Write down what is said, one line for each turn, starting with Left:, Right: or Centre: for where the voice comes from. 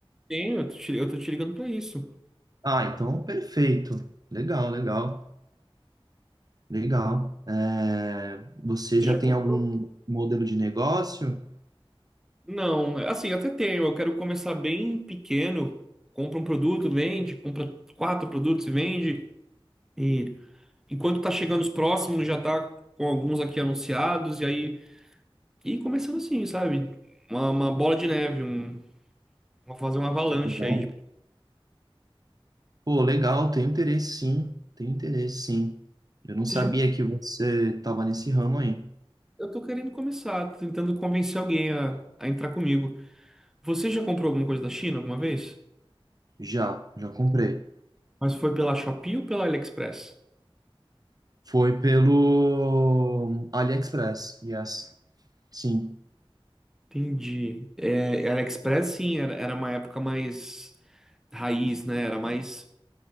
Centre: Tenho, eu tô te, eu tô te ligando para isso.
Right: Ah, então perfeito. Legal, legal, legal. É, você
Centre: Você
Right: já
Centre: já
Right: tem
Centre: comprou?
Right: algum modelo de negócio?
Centre: Não, é, assim, até tenho. Eu quero começar bem pequeno. Compra um produto, vende, compra quatro produtos e vende. E enquanto tá chegando os próximos, já tá com alguns aqui anunciados, e aí. E começando assim, sabe? Uma, uma bola de neve, um Vou fazer uma avalanche
Right: Legal.
Centre: aí. Tipo,
Right: Pô, legal, tenho interesse sim, tenho interesse sim. Eu não
Centre: Você
Right: sabia
Centre: já...
Right: que você tava nesse ramo aí.
Centre: Eu tô querendo começar, tô tentando convencer alguém a, a entrar comigo. Você já comprou alguma coisa da China alguma vez?
Right: Já, já comprei.
Centre: Mas foi pela Shopee ou pela AliExpress?
Right: Foi pelo AliExpress, yes. Sim,
Centre: Entendi. É, AliExpress, sim, era, era uma época mais raiz, né? Era mais.